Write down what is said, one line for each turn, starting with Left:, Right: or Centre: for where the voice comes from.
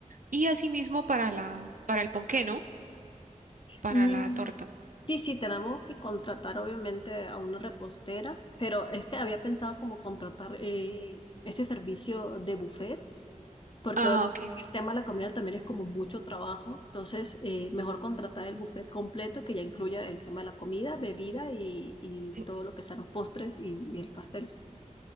Right: Y asimismo para la, para el ponqué, ¿no? Para
Left: Mm,
Right: la torta.
Left: sí, sí, tenemos que contratar obviamente a una repostera, pero es que había pensado como contratar eh, este servicio de buffets, porque
Right: Ah,
Left: obviamente
Right: ok.
Left: también el tema de la comida también es como mucho trabajo, entonces eh, mejor contratar el buffet completo que ya incluya el tema de la comida, bebida y, y
Right: <clears throat>
Left: todo lo que sean los postres y, y el pastel.